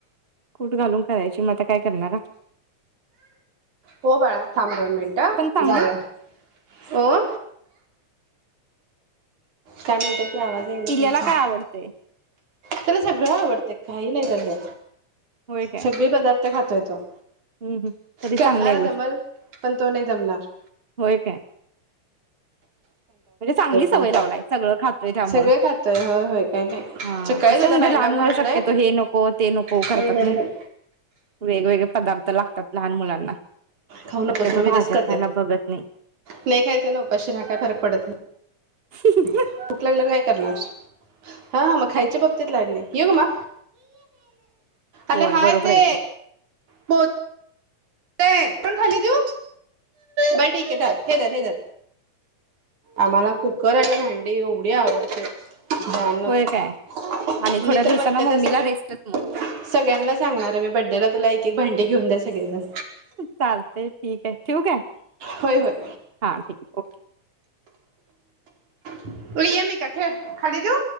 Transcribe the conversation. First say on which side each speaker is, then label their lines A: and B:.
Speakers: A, on the right (about 20°); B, on the right (about 75°).
A: कुट घालून करायची मग आता काय करणार
B: हो बाळा थांब दोन मिनटं
A: चांगली
B: जाऊया ओ कायं म्हणतायं आवाज, येईना
A: पिल्याला
B: तुमचा
A: काय आवडते.
B: त्याला सगळं आवडतय. काही नाही सध्या
A: होय काय
B: सगळे पदार्थ खाता देतो
A: हम्म हम्म तरी
B: करणारा
A: चांगली आहे गोष्ट
B: दमल पण तो नाही दमणार
A: होय काय म्हणजे चांगली सवय
B: नाही
A: लावलाय. सगळं खातोय त्यामुळं
B: सगळे खातोय होय होय काय नाही
A: हा
B: सकाळीच
A: कसं
B: आता
A: म्हणजे
B: पायनॅपल
A: लहान मुलं
B: आणलंय
A: शक्यतो हे नको ते नको
B: हम्म
A: करतात
B: हम्म
A: नाही
B: हम्म.
A: वेगवेगळे पदार्थ लागतात लहान मुलांना
B: खाऊ नकोस
A: शक्यतो
B: ना मी
A: भाज्या
B: तसंच करते.
A: खायला बघत नाही
B: नाही खायचं ना उपाशी राहा काय फरक पडत नाही.
A: <unintelligible>
B: भूक लागल्यावर काय करणार हा मग खायचे बघतात. लाड नाही ये ग मा
A: होय
B: आले हाय
A: बरोबर
B: ते
A: आहे की
B: पोच ये पण खाली देऊ बर ठीक आहे. हे धर, हे धर आम्हाला कुकर आणि भांडे एवढी आवडत्यात. <unintelligible>
A: होय काय आणि
B: मी
A: थोड्या दिवसांना
B: तर्र म्हणते त्या
A: मम्मीला
B: सगळ्या
A: रेस्टच मग
B: सगळ्यांना सांगणार आहे मी बड्डेला त्याला एक एक भांडे ठेवून द्या सगळेजण
A: चालतय ठीक आहे. ठेऊ काय
B: होय होय
A: हा ठीक आहे ओके
B: तू यम एका खेळ खाली ठीऊ